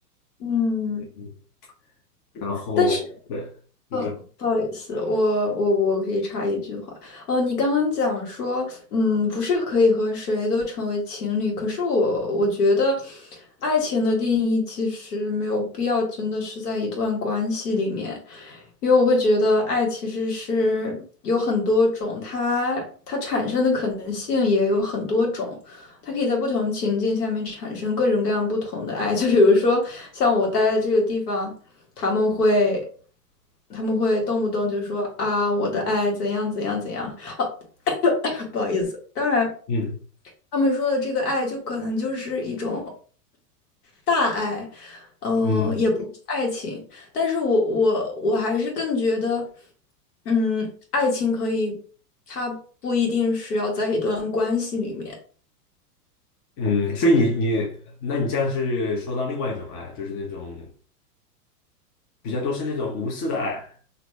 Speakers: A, on the left; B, on the left.
A: 嗯，嗯
B: 嗯，然后对，
A: 但是。
B: 你说，
A: 呃，不好意思，我我我可以插一句话。哦，你刚刚讲说，嗯，不是可以和谁都成为情侣，可是我我觉得，爱情的定义其实没有必要真的是在一段关系里面，因为我会觉得爱其实是有很多种，它它产生的可能性也有很多种。它可以在不同情境下面产生各种各样不同的爱，<laughs> 就比如说像我待的这个地方。他们会，他们会动不动就说啊，我的爱怎样怎样怎样，<laughs> 不好意思。当然，
B: 嗯
A: 他们说的这个爱，就可能就是一种大爱，嗯、
B: 嗯
A: 也不是爱情。但是我我我还是更觉得，嗯，爱情可以，它不一定是要在一段关系里面。
B: 嗯，所以你你，那你这样是说到另外一种爱，就是那种比较都是那种无私的爱